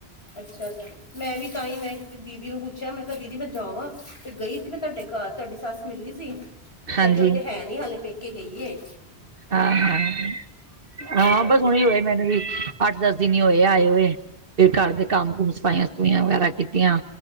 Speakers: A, on the left; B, on the right.
A: ਅੱਛਾ, ਅੱਛਾ। ਮੈਂ ਵੀ ਤਾਂ ਹੀ, ਮੈਂ ਦੀਦੀ ਨੂੰ ਪੁੱਛਿਆ, ਮੈਂ ਕਿਹਾ ਦੀਦੀ ਮੈਂ ਜਾਵਾਂ, ਤੇ ਗਈ ਤੀ ਮੈਂ ਤੁਹਾਡੇ ਘਰ ਤੁਹਾਡੀ ਸੱਸ ਮਿਲੀ ਗਈ ਸੀ, ਉਹ ਕਹਿੰਦੇ
B: ਹਾਂਜੀ
A: ਉਹ ਤੇ ਹੈ ਨੀ ਹਾਲੇ ਪੇਕੇ ਗਈ ਏ।
B: ਹਾਂ-ਹਾਂ-ਹਾਂ,
A: ਅੱਛਾ
B: ਬਸ ਹਣੇ ਹੋਏ ਮੈਨੂੰ ਵੀ ਅੱਠ-ਦਸ ਦਿਨ ਹੋਏ ਆਏ ਹੋਏ, ਫਿਰ ਘਰ ਦੇ ਕੰਮ-ਕੁੰਮ, ਸਫਾਈਆਂ-ਸਫੁਈਆਂ ਵਗੈਰਾ ਕੀਤੀ ਤੀਆ,